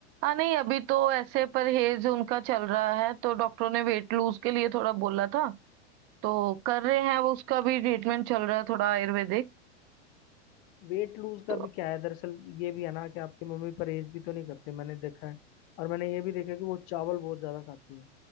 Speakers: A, on the right; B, on the left.
A: नहीं अभी तो ऐसे परहेज उनका चल रहा है तो डॉक्टरों ने वेट लूज के लिए थोड़ा बोला था तो कर रहे हैं वो उसका भी ट्रीटमेंट चल रहा है थोड़ा आयुर्वेदिक
B: वेट लूज का
A: तो
B: भी क्या है दरअसल ये भी है ना कि आपकी मम्मी परहेज भी तो नहीं करते मैंने देखा है और मैंने ये भी देखा कि वो चावल बहुत ज्यादा खाती है